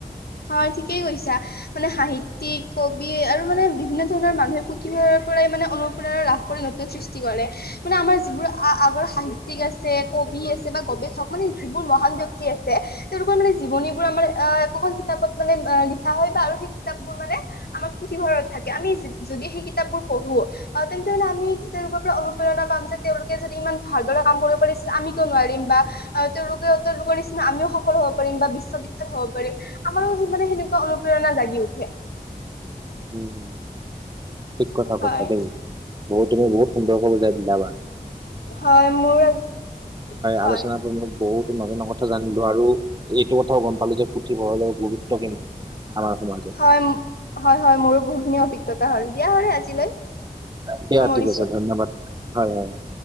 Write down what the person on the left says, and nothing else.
হয় ঠিকেই কৈছা মানে সাহিত্য। কবি আৰু মানে বিভিন্ন ধৰণৰ মানুহে পুথিভৰালৰ পৰাই মানে অনুপ্ৰেৰনা লাভ কৰি নতুন সৃষ্টি কৰে। মানে মানে আমাৰ যিবোৰ আ আগৰ সাহিত্যিক আছে কবি আছে বা গৱেষক মানে যিবোৰ মহান ব্যক্তি আছে। তেওঁলোকৰ মানে জীৱনীবোৰ আমাৰ অ একোখন কিতাপত মানে লিখা হয় বা আৰু সেই কিতাপ বোৰ মানে আমাৰ পুথিভঁৰাল থাকে আমি যদি সেই কিতাপবোৰ পঢ়ো আহ তেন্তে হলে আমি তেওঁলোকৰ পৰা অনুপ্ৰেৰণা পাম যে তেওঁলোকে যদি ইমান ভালদৰে কাম কৰিব পাৰিছিল আমি কিয় নোৱাৰিম বা তেওঁলোকে তেওঁলোকৰ নিচিনা আমি। সফল হ'ব পাৰিম বা বিশ্ববিখ্যাত হব পাৰিম আমাৰো মানে সেনেকুৱা অনুপ্ৰেৰণা জাগি উঠে <inaudible>
হয়
হয় মোৰ আজি হয়
হয় হয় হয় মোৰো বহুতখিনিয় অভিজ্ঞতা হ'ল দিয়া হ আজিলৈ সামৰিছো।